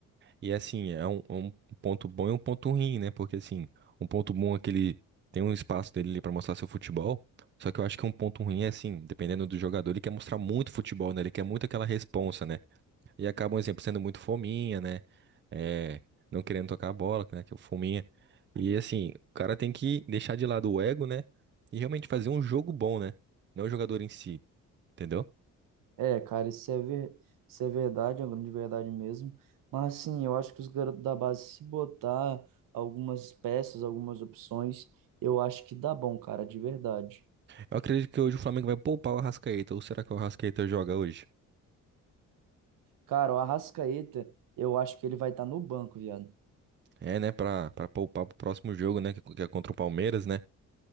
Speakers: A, on the right; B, on the right.
A: E assim, é um, é um ponto bom e um ponto ruim, né? Porque assim, um ponto bom é que ele tem um espaço dele para mostrar seu futebol. Só que eu acho que um ponto ruim é assim, dependendo do jogador, ele quer mostrar muito futebol, né? Ele quer muito aquela responsa, né? E acaba, um exemplo, sendo muito fominha, né? É, não querendo tocar a bola, né? Que é o fominha. E assim, o cara tem que deixar de lado o ego, né? E realmente fazer um jogo bom, né? Não o jogador em si, entendeu?
B: É, cara, isso é, ver... isso é verdade, é uma grande verdade mesmo. Mas, assim, eu acho que os garotos da base, se botar algumas peças, algumas opções, eu acho que dá bom, cara, de verdade.
A: Eu acredito que hoje o Flamengo vai poupar o Arrascaeta. Ou será que o Arrascaeta joga hoje?
B: Cara, o Arrascaeta, eu acho que ele vai estar no banco, viado.
A: É, né, pra, pra poupar pro próximo jogo, né, que, que é contra o Palmeiras, né?